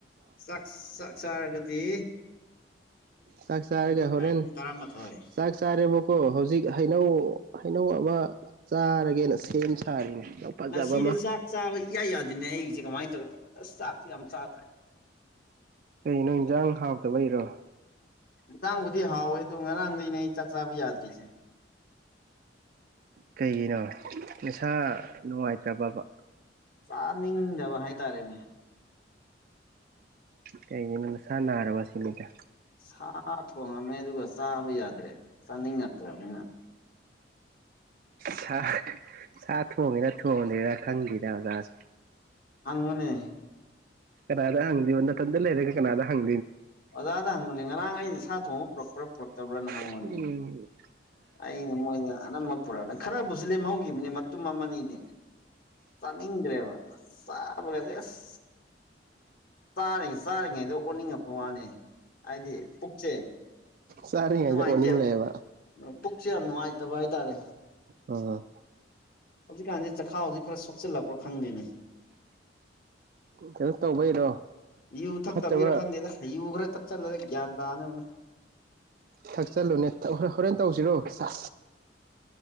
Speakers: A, on the left; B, on the right.
A: ꯁꯛꯁꯛꯁꯔꯒꯗꯤ
B: ꯆꯥꯛ ꯆꯥꯔꯒ ꯍꯣꯔꯦꯟ
A: ꯄꯨꯡ ꯇꯔꯥꯃꯥꯊꯣꯏ
B: ꯆꯥꯛ ꯆꯥꯔꯦꯕꯀꯣ ꯍꯧꯖꯤꯛ ꯍꯩꯅꯧ ꯍꯩꯅꯧ ꯑꯃ ꯑꯃ ꯆꯥꯔꯒꯦꯅ ꯁꯦꯝ ꯁꯥꯔꯤꯅꯦ ꯌꯥꯝ ꯐꯖꯕ
A: ꯁꯤꯁꯦ
B: ꯑꯃ
A: ꯆꯥꯛ ꯆꯥꯕ ꯏꯌꯥꯏ ꯌꯥꯗꯦꯅꯦ ꯑꯩꯒꯤꯁꯦ ꯀꯃꯥꯏꯅ ꯇꯧꯋꯅꯤ ꯑ ꯁꯥꯐꯤ ꯑ ꯆ ꯍꯥ꯭ꯔ
B: ꯀ ꯅꯣꯏ ꯏꯟꯖꯥꯡ ꯍꯥꯞꯇꯕꯩꯔꯣ
A: ꯉꯥꯡꯕꯨꯗꯤ ꯍꯥꯎꯋꯦ ꯑꯗꯨ ꯉꯔꯥꯡꯗꯅꯦ ꯑꯩ ꯆꯥꯛ ꯆꯥꯕ ꯌꯥꯗ꯭ꯔꯤꯁꯦ
B: ꯀꯩꯒꯤꯅꯣ ꯅꯁꯥ ꯅꯨꯡꯉꯥꯏꯇ꯭ꯔꯕꯕ
A: ꯆꯥꯅꯤꯡꯗꯕ ꯍꯥꯏꯇꯥꯔꯦꯅꯦ
B: ꯀꯩꯒꯤꯅ ꯅꯁꯥ ꯅꯥꯔꯕ ꯁꯤꯅꯤꯗ
A: ꯁꯥ ꯊꯣꯡꯉꯝꯃꯦ ꯑꯗꯨꯒ ꯆꯥꯕ ꯌꯥꯗ꯭ꯔꯦ ꯆꯥꯅꯤꯡꯉꯛꯇ꯭ꯔꯕꯅꯤꯅ
B: ꯁꯥ ꯁꯥ ꯊꯣꯡꯉꯦꯔ ꯊꯣꯡꯉꯗꯦꯔ ꯈꯪꯗꯦꯗ ꯑꯣꯖꯥꯁꯦ
A: ꯑꯪ ꯃꯅꯦ
B: ꯀꯅꯥꯗ ꯍꯪꯗꯤꯣꯟ ꯅ ꯇꯟꯗ ꯂꯩꯔꯦ ꯀꯅꯥꯗ ꯍꯪ
A: ꯑꯣꯖꯥꯗ ꯍꯪꯉꯅꯦ ꯉꯔꯥꯡ ꯑꯩꯩꯅ ꯁꯥꯥ ꯊꯣꯡꯕ ꯄꯨꯔꯛꯄ꯭ꯔꯥ ꯄꯨꯔꯛꯇꯕ꯭ꯔꯥꯅ ꯍꯪꯉꯅꯦ
B: ꯎꯝ
A: ꯑꯩꯅ ꯃꯣꯏꯗ ꯑꯅꯝꯕ ꯄꯨꯔꯛꯑꯅ ꯈꯔꯕꯨꯁꯨ ꯂꯦꯝꯍꯧꯈꯤꯕꯅꯤ ꯃꯇꯨꯝ ꯑꯃꯅꯤꯗꯤ ꯆꯥꯅꯤꯡꯗ꯭ꯔꯦꯕ ꯆꯥꯕꯒꯁꯦ ꯑꯁ ꯆꯥꯔꯤꯉꯩ ꯆꯥꯔꯤꯉꯩꯗꯣ ꯑꯣꯟꯅꯤꯡꯉꯛꯄ ꯋꯥꯅꯦ ꯍꯥꯏꯗꯤ ꯄꯨꯛꯁꯦ
B: ꯆꯥꯔꯤꯉꯩꯗ
A: ꯅꯨꯡꯉꯥꯏꯇꯦꯕ
B: ꯑꯣꯅꯤꯡꯂꯛꯑꯦꯕ
A: ꯄꯨꯛꯁꯦ ꯌꯥꯝ ꯅꯨꯡꯉꯥꯏꯇꯕ ꯍꯥꯏꯇꯥꯔꯦ
B: ꯑ
A: ꯍꯧꯖꯤꯛꯀꯥꯟꯁꯤ ꯆꯈꯥꯎ ꯍꯧꯖꯤꯛ ꯈꯔ ꯁꯣꯛꯆꯤꯜꯂꯛꯄ꯭ꯔꯥ ꯈꯪꯗꯦꯅꯦ
B: ꯀꯩꯅꯣ ꯇꯧꯕꯩꯔꯣ
A: ꯌꯨ
B: ꯐꯠꯇꯕ
A: ꯊꯛꯇꯕꯤꯔ ꯈꯪꯗꯦꯗ ꯍꯌꯨ ꯈꯔ ꯊꯛꯆꯜꯂꯒ ꯒ꯭ꯌꯥꯟ ꯇꯥꯅꯕꯅꯦ
B: ꯊꯛꯆꯜꯂꯨꯅꯦ ꯍꯣꯔꯦꯟ ꯇꯧꯁꯤꯔꯣ ꯆ